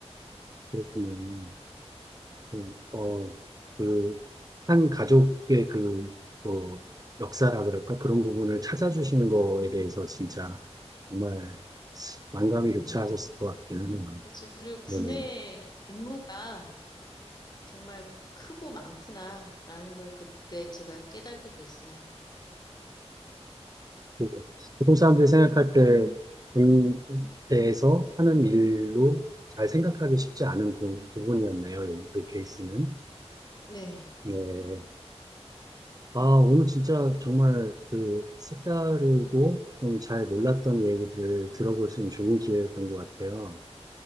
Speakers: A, on the right; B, on the left.
A: 그렇군요. 그, 어, 그, 한 가족의 그, 뭐, 역사라 그럴까? 그런 부분을 찾아주신 거에 대해서 진짜 정말 만감이 교차하셨을 것 같기는 해요.
B: 그렇죠. 그리고 군의
A: 네네.
B: 임무가 정말 크고 많구나라는 걸 그때 제가 깨닫게 됐어요.
A: 그 보통 사람들이 생각할 때, 군대에서 하는 일로 잘 생각하기 쉽지 않은 부, 부분이었네요. 이, 이 케이스는.
B: 네.
A: 네. 아, 오늘 진짜 정말 그 색다르고 좀 잘 몰랐던 얘기들 들어볼 수 있는 좋은 기회였던 것 같아요.